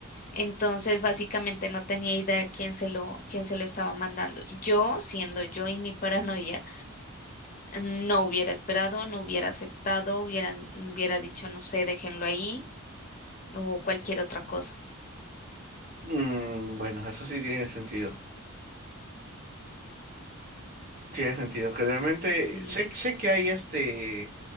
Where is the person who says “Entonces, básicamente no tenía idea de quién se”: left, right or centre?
Left